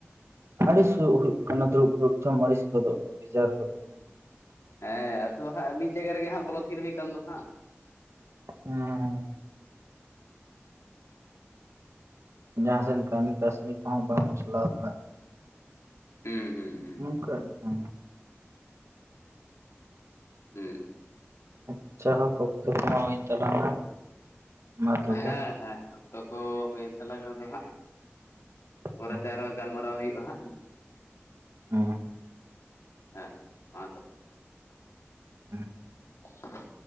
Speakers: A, on the right (about 75°); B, on the left (about 85°).
A: ᱟᱹᱲᱤᱥ ᱦᱩᱭᱩᱜ ᱠᱟᱱᱟ ᱫᱩᱲᱩᱵ ᱫᱩᱲᱩᱵ ᱛᱮᱢ ᱟᱹᱲᱤᱥ ᱜᱚᱫᱚᱜᱼᱟ ᱵᱮᱡᱟᱨ ᱜᱚᱫᱚᱜᱼᱟ ᱦᱮᱸ
B: ᱦᱮᱸ ᱟᱫᱚ ᱦᱟᱸᱜ ᱢᱤᱫ ᱡᱟᱭᱜᱟ ᱨᱮᱜᱮ ᱦᱟᱸᱜ ᱵᱚᱞᱚ ᱛᱷᱤᱨ ᱦᱩᱭ ᱠᱟᱱ ᱫᱚ ᱦᱟᱸᱜ
A: ᱦᱮᱸ ᱦᱮᱸ ᱡᱟᱦᱟᱸ ᱥᱮᱱ ᱠᱟᱹᱢᱤ ᱠᱟᱹᱥᱱᱤ ᱠᱚᱦᱚᱸ ᱵᱟᱢ ᱪᱟᱞᱟᱣ ᱫᱟᱲᱮᱭᱟᱜᱼᱟ
B: ᱦᱩᱸ ᱦᱩᱸ ᱦᱩᱸ
A: ᱚᱱᱠᱟᱜ ᱠᱟᱱ
B: ᱦᱩᱸ
A: ᱟᱪᱪᱷᱟ ᱦᱳᱠ ᱚᱠᱛᱚ ᱠᱚᱢᱟ ᱦᱳᱭᱮᱱ ᱛᱟᱞᱟᱝ-ᱟ ᱢᱟ ᱛᱚᱵᱮ
B: ᱦᱮᱸ ᱦᱮᱸ ᱚᱠᱛᱚ ᱠᱚ ᱦᱩᱭᱮᱱ ᱛᱟᱞᱟᱝ-ᱟ ᱟᱫᱚ ᱦᱟᱸᱜ ᱯᱚᱨᱮᱛᱮ
A: ᱦᱮᱸ
B: ᱟᱨᱚ ᱜᱟᱞᱢᱟᱨᱟᱣ <unintelligible> ᱦᱩᱭᱩᱜᱼᱟ ᱦᱟᱸᱜ
A: ᱦᱩᱸ
B: ᱦᱮᱸ ᱢᱟ ᱛᱚᱵᱮ
A: <unintelligible>
B: <inaudible>